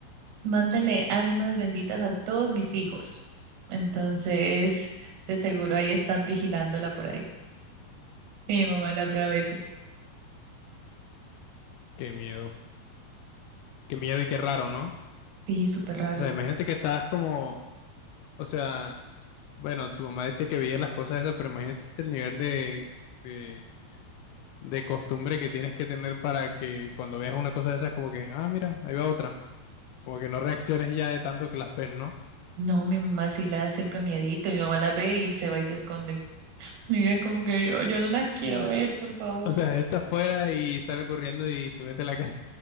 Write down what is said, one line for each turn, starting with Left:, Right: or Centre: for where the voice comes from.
Right: mándale ánimas benditas a todos mis hijos. Entonces, de seguro ahí están vigilándola por ahí. Y Mi mamá las ve a veces.
Left: Qué miedo. Qué miedo y qué raro, ¿no?
Right: Sí, súper raro.
Left: O sea, imagínate que estás como, o sea, bueno, tu mamá decía que veía las cosas esas, pero imagínate el nivel de, de, de costumbre que tienes que tener para que cuando veas una cosa de esas, como que, ah, mira, ahí va otra. Como que no reacciones ya de tanto que las ves, ¿no?
Right: No, mi mamá sí le da siempre miedito. Mi mamá las ve y se va y se esconde. <laughs> Mira, como que yo, yo no las
Left: <laughs>
Right: quiero ver, por favor.
Left: O sea, está afuera y sale corriendo y se mete a la casa.